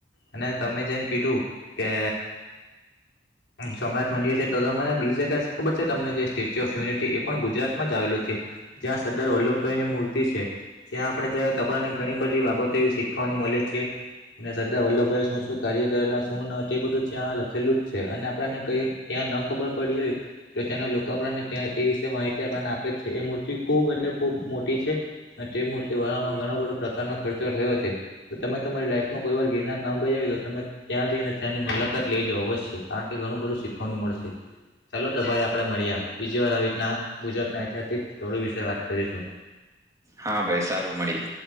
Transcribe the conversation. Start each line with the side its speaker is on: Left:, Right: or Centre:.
Left: અને તમે જેમ કીધું કે સોમનાથ મંદિર છે તો તમને બીજી જગ્યા ખબર છે તમને જે સ્ટેચ્યુ ઓફ યુનિટી એ પણ ગુજરાતમાં જ આવે લુ છે જ્યાં સરદાર વલ્લભભાઈની મૂર્તિ છે. ત્યાં આપણે જાય તો આપણને ઘણી બધી બાબતો એવી શીખવાની મલે છે. ને સરદાર વલ્લભભાઈ શું શું કાર્ય કરેલા શું ન તે બધું ત્યાં લખેલું જ છે અને આપણાને ક ત્યાં ન ખબર પડી હોય તો તેના લોકો આપણાને ત્યા તે વિશે માહિતી આપણને આપે છે એ મૂર્તિ ખૂબ એટલે ખૂબ ખુબ મોટી છે અને તે મૂર્તિ બનાવામાં ઘણા બધો પ્રકારનો ખર્ચો થયો છે. તો તમે તમારી લાઈફમાં કોઈ વાર ગિરનાર ન ગયા હોય તો તમે ત્યાં જઈને ત્યાંની મુલાકાત લઈજો અવશ્ય કારણ કે ઘણુ બધું શીખવાનું મળશે ચાલો તો ભાઈ આપડે મળ્યા બીજી વાર આવી રીતના ગુજરાતના ઐતિહાસિક સ્થળો વિશે વાત કરીશું. <inaudible>
Right: હા ભાઈ સારું મળીએ